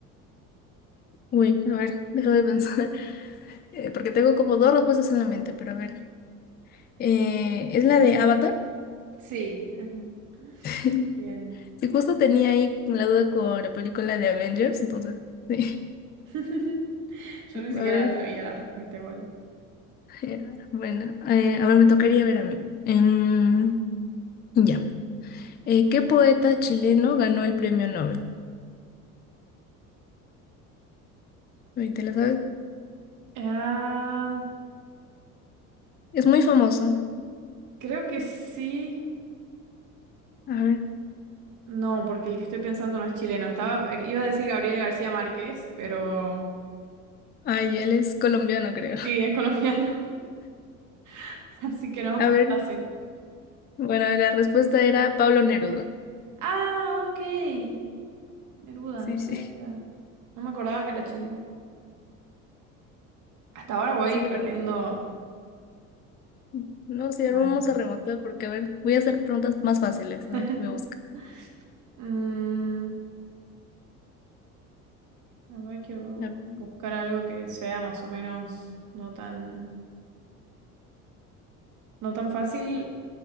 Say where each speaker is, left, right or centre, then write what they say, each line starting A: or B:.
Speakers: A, on the left; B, on the right.
A: Uy, a ver, déjame pensar. <laughs> Eh, porque tengo como dos respuestas en la mente, pero a ver. Eh, ¿es la de Avatar?
B: Sí, <laughs>
A: <laughs>
B: bien.
A: Si justo tenía ahí la duda con la película de Avengers, entonces, <laughs> sí.
B: <laughs> Yo ni siquiera
A: A ver,
B: la sabía la respuesta igual.
A: eh, bueno, eh, a ver, me tocaría ver a mí. Em, ya. Eh, ¿qué poeta chileno ganó el premio Nobel? Ahí ¿Te la sabes?
B: Ah,
A: Es muy famoso.
B: creo que sí.
A: A ver.
B: No, porque el que estoy pensando no es chileno. Estaba, eh, iba a decir Gabriel García Márquez, pero
A: Ay, él es colombiano, creo.
B: sí, es colombiano, <laughs> así que no,
A: A
B: no
A: ver,
B: la sé.
A: bueno, la respuesta era Pablo Neruda.
B: Ah, ok. Neruda,
A: Sí,
B: no sabía
A: sí,
B: que era. No me acordaba que era chileno. Hasta ahora voy
A: sí, la
B: perdiendo.
A: verdad. es que sí. No, sí,
B: Vale.
A: ahora vamos a remontar porque, a ver, voy a hacer preguntas más fáciles.
B: <laughs>
A: A ver, voy a buscar.
B: Mm, a ver, quiero
A: A ver.
B: buscar algo que sea más o menos no tan, no tan fácil